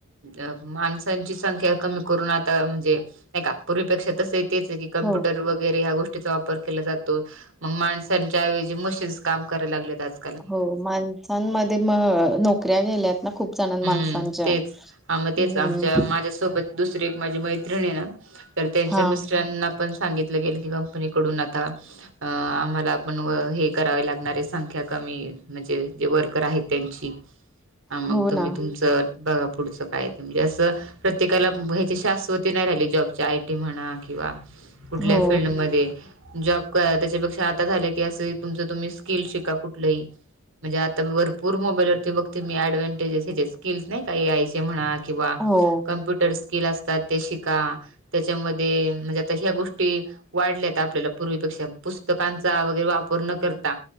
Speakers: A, on the right; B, in the centre.
A: अ माणसांची संख्या कमी करून आता म्हणजे नाही का पूर्वीपेक्षा तसंही तेच हे की कमप्युटर
B: हो
A: वगैरे ह्या गो प्टींचा वापर केला जातो म माणच्या ऐवजी मशीनस काम कराय लागले आज
B: हो माणसांमध्ये म नोकऱ्या गेल्यात ना खूप जणां
A: हम्म
B: माणसांच्या.
A: तेच हा म तेच
B: हम्म
A: आमच्या माझ्यासोबत दुसरी एक माझी मैत्रिणी ये ना तर त्यांच्या
B: हा
A: मिस्ट्रांना पण सांगितलं गेल की कंपनीकडून आता अ आम्हाला आपण हे करावे लागणारे संख्या कमी म्हणजे जे वर्कर आहेत त्यांची. हा मग
B: हो
A: तुम्ही
B: ना
A: तुमचं बघा पुढचं काय ये ते म्हणजे असं प्रत्येकाला ह्याचे शास त्वती नाही राहिली जॉबच्या आय टी म्हणा किंवा कुठल्याही
B: हो
A: फीलल्डमध्ये जॉब काय त्याच्यापेक्षा आता झालं की असं ही तुमच तुम्ही स्किल शिका कुठलंही म्हणजे आता भरपूर मोबाईलवरती बघते मी अडव्हनटेजेस हेचे स्किल्स नाही काही ए आय चे म्हणा किंवा
B: हो
A: कम्प्युट टर स्किल असतात ते शिका त्याच्यामध्ये म्हणजे आता ह्या गोष्टी वाढल्यात आपल्याला पूर्वीपेक्षा पुस्तकांचा वगैरे वापर न करता